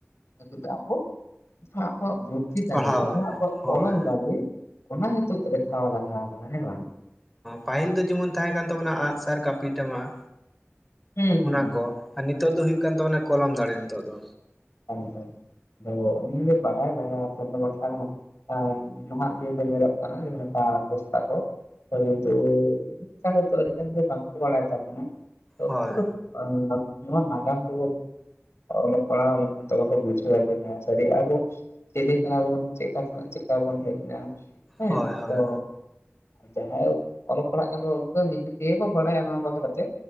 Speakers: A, on the left (about 75°); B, in the centre.
A: <inaudible> ᱟᱵᱚ ᱦᱟᱸ ᱟᱵᱚᱣᱟᱜ ᱵᱩᱫᱷᱤ ᱫᱟᱲᱮ
B: ᱯᱟᱲᱦᱟᱣ
A: ᱡᱟᱸᱦᱟ ᱟᱵᱚᱣᱟᱜ
B: ᱦᱳᱭ
A: ᱠᱚᱞᱚᱢ ᱫᱟᱲᱮ ᱚᱱᱟ ᱱᱤᱛᱚᱜ ᱫᱮᱠᱷᱟᱣ ᱞᱟᱜᱟᱣ ᱵᱚᱱᱟ ᱦᱮᱸ ᱵᱟᱝ
B: ᱯᱟᱹᱦᱤᱞ ᱫᱚ ᱡᱮᱢᱚᱱ ᱛᱟᱦᱮᱸ ᱠᱟᱱ ᱛᱟᱵᱚᱱᱟ ᱟᱸᱜᱼᱥᱟᱨ ᱠᱟᱹᱯᱤ ᱴᱟᱢᱟᱠ
A: ᱦᱩᱸ
B: ᱚᱱᱟ
A: ᱦᱩᱸ
B: ᱠᱚ ᱟᱨ ᱱᱤᱛᱚᱜ ᱫᱚ ᱦᱩᱭᱩᱜ ᱠᱟᱱ ᱛᱟᱵᱚᱱᱟ ᱠᱚᱞᱚᱢ ᱫᱟᱲᱮ ᱱᱤᱛᱚᱜ ᱫᱚ
A: <unintelligible> ᱟᱫᱚ ᱱᱤᱭᱳ ᱜᱮ ᱵᱟᱰᱟᱭ ᱞᱟᱜᱟᱣ ᱟᱵᱚᱱᱟ ᱵᱟᱝᱠᱷᱟᱱ ᱦᱟᱸᱜ ᱦᱮᱸ ᱱᱟᱦᱟᱜ ᱫᱤᱭᱟᱹ ᱫᱚ ᱧᱮᱞᱚᱜ ᱠᱟᱱᱟ ᱡᱮᱸ ᱞᱮᱠᱟ ᱯᱚᱥᱛᱟ ᱠᱚ᱾ ᱯᱟᱨᱟᱱᱛᱩ <inaudible> ᱦᱚᱭᱛᱚ ᱟᱹᱰᱤ ᱜᱟᱱ ᱜᱮ ᱵᱟᱝ ᱠᱚ ᱵᱟᱲᱟᱭ ᱛᱟᱵᱚᱱᱟ᱾ <unintelligible>
B: ᱦᱳᱭ
A: ᱱᱚᱣᱟ ᱱᱟᱜᱟᱢ ᱠᱚ ᱚᱞᱚᱜ ᱯᱟᱲᱦᱟᱣ ᱜᱮ ᱛᱚᱵᱮ ᱠᱚ ᱵᱩᱡᱟᱹᱣ ᱟ ᱡᱮ ᱦᱮᱸ ᱥᱟᱹᱨᱤ ᱟᱫᱚ ᱪᱮᱞᱮ ᱠᱟᱱᱟ ᱵᱚᱱ ᱪᱮᱫᱠᱟ ᱠᱷᱚᱱᱟᱜ ᱪᱮᱫᱠᱟ ᱵᱚᱱ ᱦᱮᱡ ᱱᱟ ᱦᱮᱸ
B: ᱦᱳᱭ ᱦᱳᱭ
A: ᱛᱚ᱾ ᱡᱟᱦᱟᱸᱭᱮ ᱚᱞᱚᱜ ᱯᱟᱲᱦᱟᱜ ᱠᱟᱱ ᱫᱚ ᱩᱱᱠᱩ ᱱᱤᱦᱟᱹᱛᱤᱭᱟᱹ ᱠᱚ ᱵᱟᱲᱟᱭᱟ ᱱᱚᱣᱟ ᱵᱟᱠᱷᱨᱟ ᱛᱮ